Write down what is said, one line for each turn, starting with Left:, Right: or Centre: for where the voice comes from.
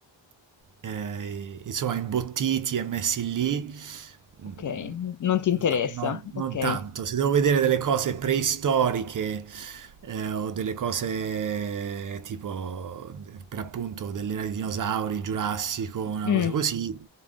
Right: eh, insomma, imbottiti e messi lì,
Left: Ok,
Right: mm,
Left: non ti interessa.
Right: no, non
Left: Ok.
Right: non tanto. Se devo vedere delle cose preistoriche eh, o delle cose tipo, per appunto, dell'era dei dinosauri, il Giurassico, una
Left: Mm.
Right: cosa così,